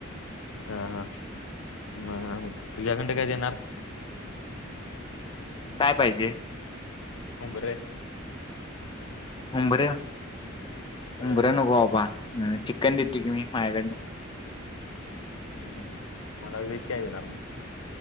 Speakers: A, on the left; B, on the left.
A: हा हा ह तुझ्याकंडे काय देणार
B: काय पाहिजे
A: उंगरे
B: उंबरे
A: होय
B: उंबरा नको बाबा हम चिकन देतूय की मी मायाकडंन
A: हम्म मला व्हेज काय देणार मी